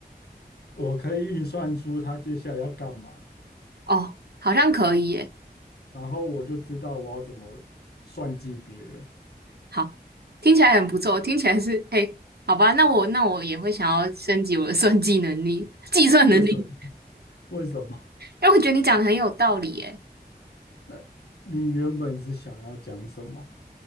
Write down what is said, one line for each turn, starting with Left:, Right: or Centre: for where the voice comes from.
Left: 我可以运算出他接下来要干嘛，
Right: 哦，好像可以耶。
Left: 然后我就知道我要怎么算计别人。
Right: 好，听起来很不错，听起来是，<laughs> 哎，好吧，那我那我也会想要升级我的算计能力、<laughs> 计算能力，
Left: 为什么？为什么？
Right: 因为我觉得你讲的很有道理耶。
Left: 那你原本是想要讲什么？